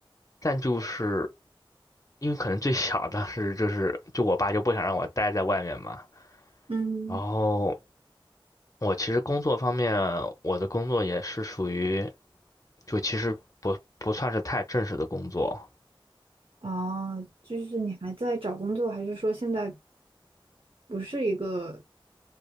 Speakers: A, on the left; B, on the right.
A: 但就是因为可能最小的是就是就我爸就不想让我待在外面嘛，
B: 嗯，
A: 然后。我其实工作方面，我的工作也是属于，就其实不不算是太正式的工作，
B: 哦，就是你还在找工作，还是说现在不是一个